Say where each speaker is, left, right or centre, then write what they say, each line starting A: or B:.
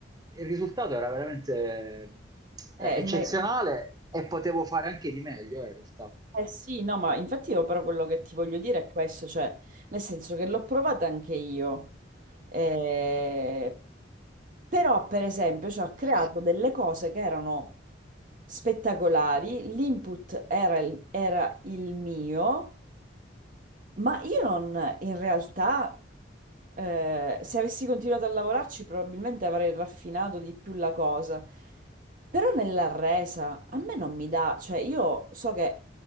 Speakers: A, on the right (about 20°); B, on the right (about 45°).
A: il risultato era veramente eh,
B: eh,
A: eccezionale
B: ma-
A: e potevo fare anche di meglio, eh, in realtà.
B: Eh sì, no, ma infatti io però quello che ti voglio dire è questo, cioè, nel senso che l'ho provata anche io, eh, però, per esempio, ci ha creato delle cose che erano spettacolari, l'input era il, era il mio, ma io non, in realtà, eh, se avessi continuato a lavorarci, probabilmente avrei raffinato di più la cosa. Però nella resa a me non mi dà, cioè io so che